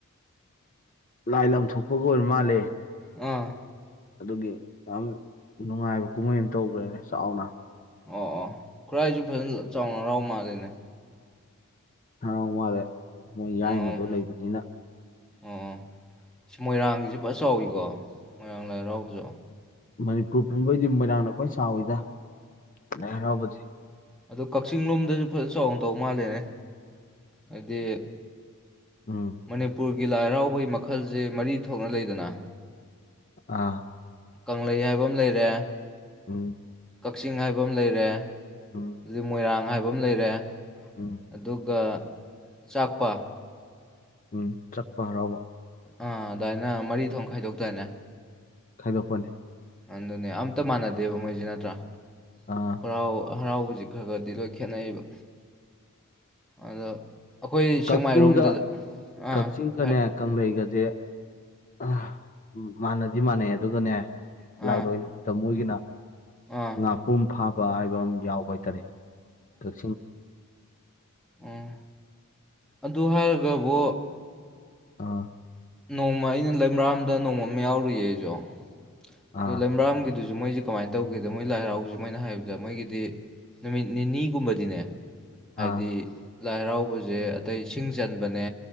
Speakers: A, on the left (about 35°); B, in the centre.
A: ꯂꯥꯏ ꯂꯪꯊꯣꯛꯄꯒ ꯑꯣꯏꯕ ꯃꯥꯜꯂꯦ
B: ꯑꯥ
A: ꯑꯗꯨꯒꯤ ꯌꯥꯝ ꯅꯨꯡꯉꯥꯏꯕ ꯀꯨꯝꯍꯩ ꯑꯃ ꯇꯧꯈ꯭ꯔꯦꯅꯦ ꯆꯥꯎꯅ
B: ꯑꯣ ꯑꯣ ꯈꯨꯔꯥꯏꯁꯨ ꯐꯖꯅ ꯆꯥꯎꯅ ꯍꯔꯥꯎ ꯃꯥꯜꯂꯤꯅꯦ
A: ꯑꯃꯗꯦ <unintelligible> ꯃꯣꯏ ꯌꯥꯏꯃꯗꯣ
B: ꯑꯣ ꯑꯣ
A: ꯂꯩꯕꯅꯤꯅ
B: ꯑꯣ ꯁꯤ ꯃꯣꯏꯔꯥꯡꯒꯤꯁꯤ ꯐ ꯆꯥꯎꯋꯤꯀꯣ ꯃꯣꯏꯔꯥꯡ ꯂꯥꯏꯔꯥꯎꯕꯁꯨ
A: ꯃꯅꯤꯄꯨꯔ ꯄꯨꯝꯕꯩꯗꯤ ꯃꯣꯏꯔꯥꯡꯅꯈꯣꯏ ꯆꯥꯎꯋꯤꯗ ꯂꯩ ꯅꯕꯗꯤ
B: ꯑꯗꯨ ꯀꯛꯆꯤꯡ ꯂꯣꯝꯗꯁꯨ ꯐꯖꯅ ꯆꯥꯎꯅ ꯇꯧ ꯃꯥꯜꯂꯦꯅꯦ ꯍꯥꯏꯗꯤꯩ
A: ꯎꯝ
B: ꯃꯅꯤꯄꯨꯔ ꯒꯤ ꯂꯥꯏ ꯍꯔꯥꯎꯕꯒꯤ ꯃꯈꯜꯁꯦ ꯃꯔꯤ ꯊꯣꯛꯅ ꯂꯩꯗꯅ
A: ꯑꯥ
B: ꯀꯪꯂꯩ ꯍꯥꯏꯕ ꯑꯃ ꯂꯩꯔꯦ
A: ꯎꯝ
B: ꯀꯛꯆꯤꯡ ꯍꯥꯏꯕ ꯑꯃ ꯂꯩꯔꯦ
A: ꯎꯝ
B: ꯑꯗꯨ ꯃꯣꯏꯔꯥꯡ ꯍꯥꯏꯕ ꯑꯃ ꯂꯩꯔꯦ
A: ꯎꯝ
B: ꯑꯗꯨꯒ ꯆꯥꯛꯄ
A: ꯎꯝ ꯆꯠꯄ ꯍꯔꯥꯎꯕ
B: ꯑꯥ ꯑꯗꯨꯃꯥꯏꯅ ꯃꯔꯤ ꯊꯣꯛ ꯈꯥꯏꯗꯣꯛꯇꯏꯅꯦ
A: ꯈꯥꯏꯗꯣꯛꯄꯅꯦ
B: ꯑꯗꯨꯅꯦ ꯑꯝꯇ ꯃꯥꯟꯅꯗꯦꯕ ꯃꯣꯏꯁ ꯅꯠꯇ꯭ꯔꯥ
A: ꯑꯥ
B: ꯀꯔꯥꯎ ꯍꯔꯥꯎꯕꯁꯤ ꯈꯔ ꯈꯔꯗꯤ ꯂꯣꯏ ꯈꯦꯠꯅꯩꯕ ꯑꯗꯣ ꯑꯩꯈꯣꯏ ꯁꯦꯛꯃꯥꯏꯔꯣꯝꯗ
A: ꯀꯛꯆꯤꯡꯒ
B: ꯑꯥ
A: ꯀꯛꯆꯤꯡꯒꯅꯦ
B: ꯑꯥ
A: ꯀꯪꯂꯩꯒꯁꯦ ꯎꯝ ꯃꯥꯟꯅꯗꯤ ꯃꯥꯟꯅꯩ ꯑꯗꯨꯒꯅꯦ
B: ꯑꯥ
A: ꯂꯥꯏꯔꯣꯏ ꯅꯨꯃꯤꯠꯇ ꯃꯣꯏꯒꯤꯅ
B: ꯑꯥ
A: ꯉꯥꯄꯨꯝ ꯐꯥꯞ ꯍꯥꯏꯕ ꯑꯃ ꯌꯥꯎꯕ ꯑꯣꯏꯇꯥꯔꯦ ꯀꯛꯤꯡ
B: ꯑꯝ ꯑꯗꯨ ꯍꯥꯏꯔꯒꯕꯨ
A: ꯑꯥ
B: ꯅꯣꯡꯃ ꯑꯩꯅ ꯂꯩꯃꯔꯥꯝꯗ ꯅꯣꯡꯃ ꯑꯃ ꯌꯥꯎꯔꯨꯏꯌꯦ ꯑꯩꯖꯣ ꯑꯗꯨ
A: ꯑꯥ
B: ꯂꯩꯃꯔꯥꯝꯒꯤ ꯑꯗꯨꯖꯨ ꯃꯣꯏꯖꯤ ꯀꯃꯥꯏꯟ ꯇꯧꯒꯦꯗ ꯃꯣꯏ ꯂꯥꯏ ꯍꯔꯥꯎꯁꯦ ꯃꯣꯏꯅ ꯍꯥꯏꯕꯗ ꯃꯣꯏꯒꯤꯗꯤ ꯅꯨꯃꯤꯠ ꯅꯤꯅꯤꯒꯨꯝꯕꯗꯤꯅꯦ ꯍꯥꯏꯗꯤ
A: ꯑꯥ
B: ꯂꯥꯏ ꯍꯔꯥꯎꯕꯖꯦ ꯑꯇꯩ ꯁꯤꯡ ꯆꯟꯕꯅꯦ